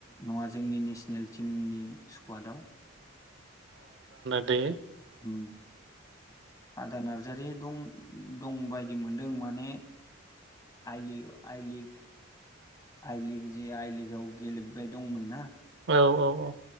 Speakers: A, on the left (about 15°); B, on the right (about 55°).
A: नङा जोंनि नेसनेल टिमनि स्कुवाडाव।
B: बे
A: उम आदा नारजारि दं। दंबायदि मोनदों माने आइलीग ओ आइलीग आइलीग जि आइलीगाव गेलेबाय दंमोन ना।
B: औ औ औ।